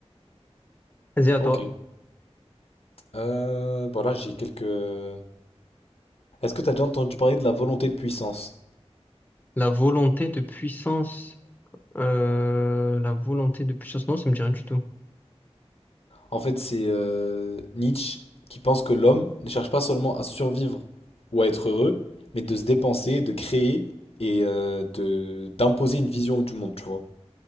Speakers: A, on the left; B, on the left.
A: Vas-y, à
B: Ok.
A: toi.
B: Euh, voilà, j'ai quelques... Est-ce que tu as déjà entendu parler de la volonté de puissance?
A: La volonté de puissance. euh, la volonté de puissance. Non, ça me dit rien du tout.
B: En fait, c'est euh, Nietzsche qui pense que l'homme ne cherche pas seulement à survivre ou à être heureux, mais de se dépenser, de créer et euh, de d'imposer une vision du monde, tu vois.